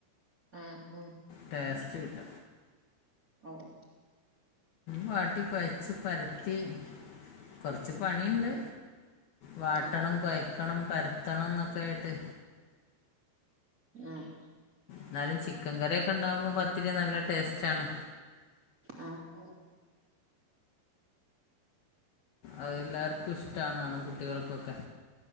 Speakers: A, on the right (about 20°); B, on the left (about 65°).
A: ആഹ് ഉം
B: ടേസ്റ്റ് കിട്ട
A: ഓഹ്
B: വാട്ടി കൊഴച്ച് പരത്തി കൊറച്ച് പണീണ്ട്. വാട്ടണം,
A: ആഹ്
B: കൊയക്കണം, പരത്തണം എന്നൊക്കായിട്ട്
A: ആഹ്
B: എന്നാലും ചിക്കൻ കറിയൊക്കെ ഉണ്ടാവുമ്പോ പത്തിരി നല്ല ടേസ്റ്റാണ്.
A: ആഹ് ഓഹ്
B: അത് എല്ലാർക്കും ഇഷ്ടാണ് കുട്ടികൾക്കൊക്കെ.